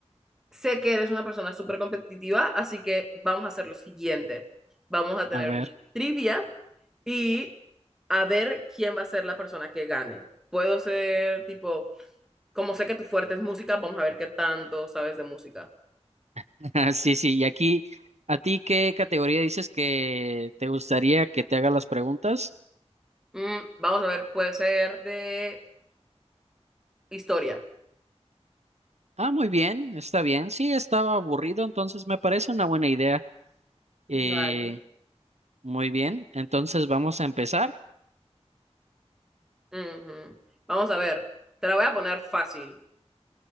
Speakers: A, in the centre; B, on the right.
A: sé que eres una persona súper competitiva, así que vamos a hacer lo siguiente. Vamos a tener
B: A ver,
A: una trivia y a ver quién va a ser la persona que gane. Puedo ser tipo, como sé que tu fuerte es música, vamos a ver qué tanto sabes de música.
B: <laughs> sí, sí, y aquí, ¿a ti qué categoría dices que te gustaría que te haga las preguntas?
A: Mm, vamos a ver, puede ser de historia.
B: Ah, muy bien, está bien, sí, estaba aburrido, entonces me parece una buena idea. Eh,
A: Vale.
B: muy bien, entonces vamos a empezar.
A: Ujú. Vamos a ver, te la voy a poner fácil.